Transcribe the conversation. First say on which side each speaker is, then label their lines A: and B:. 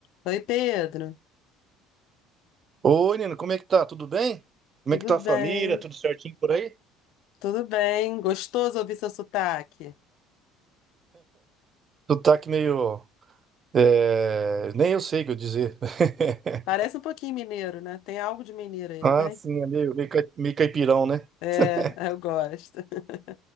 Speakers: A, on the left; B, on the right.
A: Oi, Pedro.
B: Oi, Nino, como é que tá? Tudo bem? Como
A: Tudo
B: é que tá
A: bem?
B: a família? Tudo certinho por aí?
A: Tudo bem. Gostoso ouvir seu sotaque.
B: Sotaque meio. é, Nem eu sei o que eu dizer. <laughs>
A: Parece um pouquinho mineiro, né? Tem algo de mineiro aí,
B: Ah,
A: não tem?
B: sim, é meio, meio, cai- meio caipirão, né?
A: É,
B: <laughs>
A: eu gosto. <laughs>